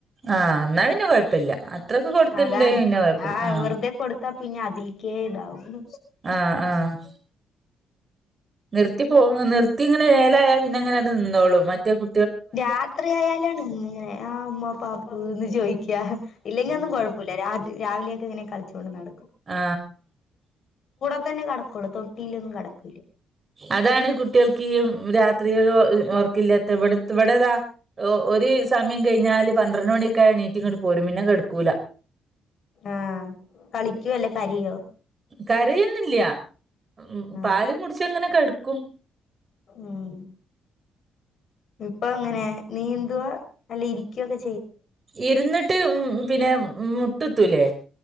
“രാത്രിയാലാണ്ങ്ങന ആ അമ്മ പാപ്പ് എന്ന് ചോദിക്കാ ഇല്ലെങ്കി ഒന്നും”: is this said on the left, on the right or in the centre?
Left